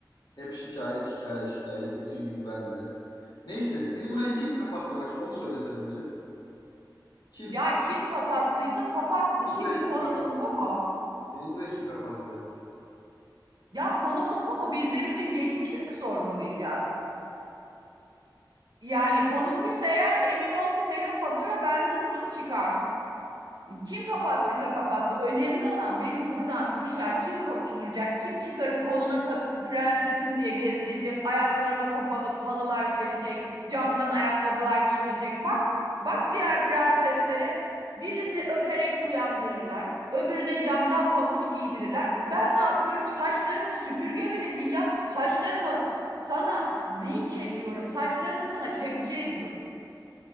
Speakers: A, on the left; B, on the right.
A: Hep şikayet, şikayet, şikayet. Bütün yük bende. Neyse, seni buraya kim kapattı bakayım? Onu söylesen önce. Kim?
B: Ya kim kapattıysa kapattı.
A: Seni
B: Şimdi
A: buraya kim
B: konumuz
A: kapattı?
B: bu mu?
A: Seni buraya kim kapattı?
B: Ya konumuz bu mu? Birbirimizin geçmişini mi sorgulayacağız? Yani konu buysa eğer emin ol ki senin fatura benden uzun çıkar. Kim kapattıysa kapattı. Önemli olan beni buradan ışığa kim kavuşturacak, kim çıkarıp koluna takıp prensesim diye gezdirecek, ayaklarıma kapanıp halılar serecek, camdan ayakkabılar giydirecek. Bak, bak diğer prensesleri birini öperek uyandırırlar, öbürüne camdan pabuç giydirirler. Ben ne yapıyorum? Saçlarımı süpürge bile değil ya, saçlarımı sana vinç ediyorum, saçlarımı sana kepçe ediyorum.